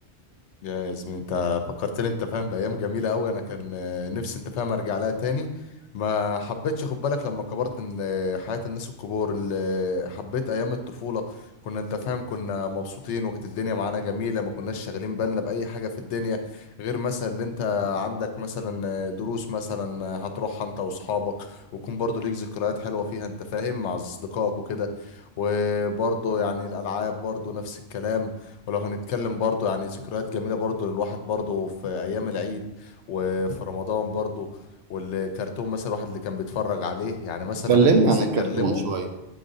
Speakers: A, on the left; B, on the right.
A: يا ياسمين انت فكرتني انت فاهم بايام جميله قوي انا كان آه، نفسي انت فاهم ارجع لها تاني ما حبيتش خد بالك لما كبرت ان آه، حياه الناس الكبار اللي حبيت ايام الطفوله كنا انت فاهم كنا مبسوطين وكانت الدنيا معانا جميله ما كناش شاغلين بالنا باي حاجه في الدنيا غير مثلا اللي انت عندك مثلا آه، دروس مثلا آه، هتروحها انت واصحابك ويكون برضو ليك ذكريات حلوه فيها انت فاهم مع اصدقائك وكده وبرضو يعني الالعاب برضو نفس الكلام ولو هنتكلم برضو يعني ذكريات جميلة برضو للواحد برضو في أيام العيد وفي رمضان برضو والكرتون مثلا الواحد اللي كان بيتفرج عليه يعني مثلا
B: كلمني
A: لو هنيجي مثلا
B: عن الكرتون
A: نتكلمه
B: شوية